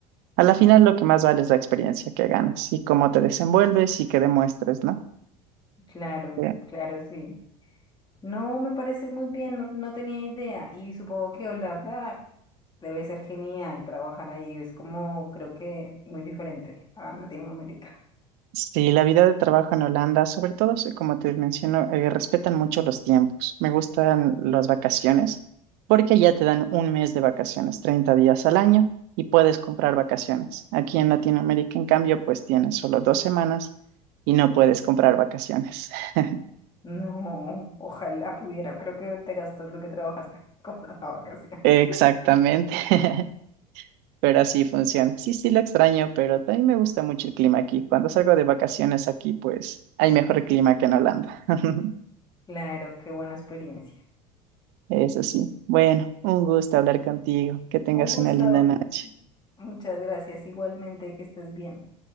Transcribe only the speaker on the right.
a la final lo que más vale es la experiencia que ganas y cómo te desenvuelves y que demuestres, ¿no?
Que
Sí, la vida de trabajo en Holanda, sobre todo, sí, como te menciono, eh, respetan mucho los tiempos. Me gustan las vacaciones porque ya te dan un mes de vacaciones, 30 días al año y puedes comprar vacaciones. Aquí en Latinoamérica, en cambio, pues tienes solo dos semanas y no puedes comprar vacaciones. <laughs>
Exactamente,
<laughs> pero así funciona. Sí, sí, lo extraño, pero también me gusta mucho el clima aquí. Cuando salgo de vacaciones aquí, pues hay mejor clima que en Holanda. <laughs>
Eso sí. Bueno, un gusto hablar contigo. Que tengas
una linda noche.